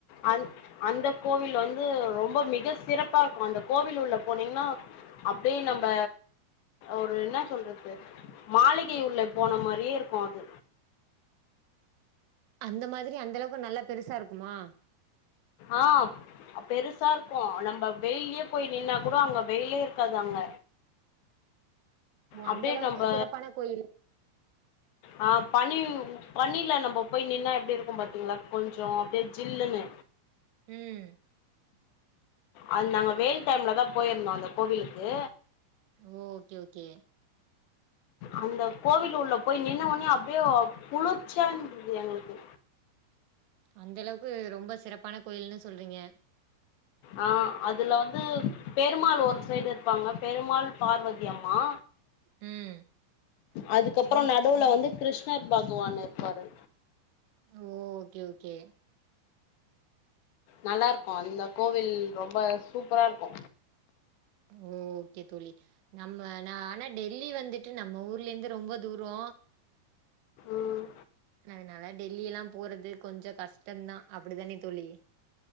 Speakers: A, on the left; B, on the right.
A: அந் அந்த கோவில் வந்து ரொம்ப மிக சிறப்பாருக்கு அந்த கோவில் உள்ள போனீங்கன்னா அப்டே நம்ப ஒரு இன்னா சொல்றது மாளிகை உள்ள போன மாரியேருக்கும் அது
B: அந்த மாதிரி அந்த அளவுக் நல்லா பெருசாருக்குமா
A: ஆ பெருசாருக்கோ நம்ப வெய்லியே போய் நின்னா கூடோ அங்க வெயிலே இருக்காது அங்க
B: ஓ
A: அப்டே
B: அந்த அளவுக்கு
A: நம்ப
B: சிறப்பான கோயில்
A: ஆ பனி பனில நம்போ போய் நின்னா எப்டிருக்கும் பாத்தீங்ளா கொஞ்சோ அப்டியே ஜில்லுன்னு
B: ம்
A: அது நாங்க வெய்ல் டைம்ல தா போய்ருந்தோ அந்த கோவிலுக்கு
B: ஓ ஒகே ஒகே
A: அந்த கோவில் உள்ள போய் நின்ன ஒன்னே அப்டியே குளிச்சியா இருந்தது எங்ளுக்கு
B: அந்தளவுக்கு ரொம்ப சிறப்பான கோயில்னு சொல்றீங்க
A: ஆ அதுல வந்து பெருமாள் ஒரு சைடு இருப்பாங்க பெருமாள் பார்வதி அம்மா
B: ம்
A: அதுக்கப்றோ நடுவுல வந்து கிருஷ்ணர் பக்வான் இருப்பாரு
B: ஓ ஓ கே ஓகே
A: நல்லாருக்கு அந்த கோவில் ரொம்ப சூப்பராருக்கு
B: ஓ ஓகே தோழி நம்ம நா ஆனா டெல்லி வந்துட்டு நம்ம ஊர்லேந்து ரொம்ப தூரோ
A: ம்
B: அதனால டெல்லி எல்லா போறது கொஞ்சோ கஷ்டந்தா அப்டிதானே தோழி